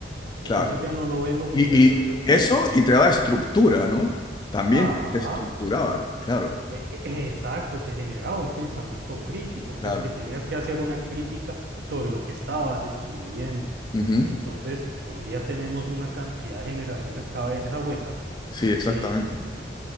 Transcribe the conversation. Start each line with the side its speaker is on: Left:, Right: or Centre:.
Right: eh,
Left: claro.
Right: eso ya no lo ven los muchachos
Left: Y, y
Right: de hoy
Left: eso,
Right: día.
Left: y te daba estructura, ¿no? También
Right: Ajá.
Left: te, te estructuraba, claro,
Right: pues, E- e- Exacto, te generaba un pensamiento crítico
Left: claro.
Right: porque tenías que hacer una crítica sobre lo que estabas escribiendo.
Left: Ujú.
Right: Entonces, hoy día tenemos una cantidad de generaciones cabeza huecas
Left: Sí, exactamente.
Right: eh,